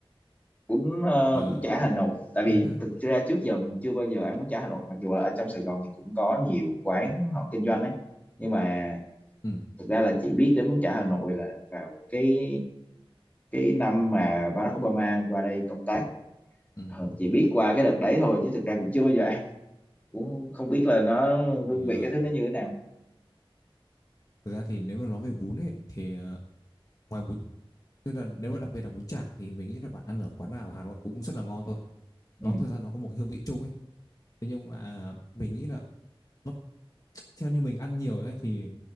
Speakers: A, on the left; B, on the left.
A: bún ờ,
B: Ờ,
A: bún chả Hà Nội tại vì
B: bún à
A: thực ra trước giờ mình chưa bao giờ ăn bún chả Hà Nội mặc dù là ở trong Sài Gòn thì cũng có nhiều quán họ kinh doanh ấy nhưng mà
B: ừ.
A: thực ra là chỉ biết đến bún chả Hà Nội là vào cái cái năm mà Barack Obama qua đây công tác
B: Ừ. ừ.
A: Ờ, chỉ biết qua cái đợt đấy thôi chứ thực ra cũng chưa bao giờ cũng không biết là nó hương
B: Thì
A: vị
B: ờ,
A: cái thứ nó như thế nào
B: thực ra thì nếu mà nói về bún ấy thì ờ, ngoài bún tức là nếu mà đặc biệt là bún chả thì mình nghĩ là bạn ăn ở quán nào ở Hà Nội cũng rất là ngon thôi.
A: ừ
B: Nó thực ra nó có một cái hương vị chung ấy. Thế nhưng mà mình nghĩ là nó theo như mình ăn nhiều ấy thì